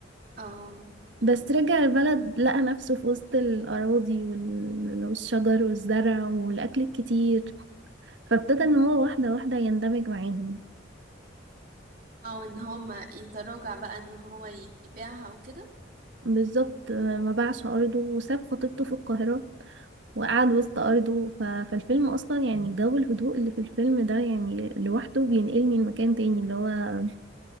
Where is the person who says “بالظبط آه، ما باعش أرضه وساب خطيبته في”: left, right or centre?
Right